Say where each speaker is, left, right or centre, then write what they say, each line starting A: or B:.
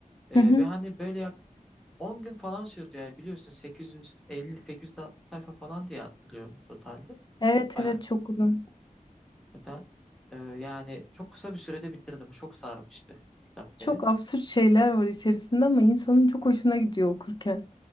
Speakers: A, in the centre; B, on the left.
A: Ee,
B: Hı hı.
A: ve hani böyle yak 10 gün falan sürdü ya biliyorsun 850-860 sayfa falan diye hatırlıyorum totalde.
B: Evet
A: Baya
B: evet çok uzun.
A: hakikaten e, yani çok kısa bir sürede bitirdim. Çok sarmıştı kitap
B: Çok
A: beni.
B: absürt şeyler var içerisinde ama insanın çok hoşuna gidiyor okurken.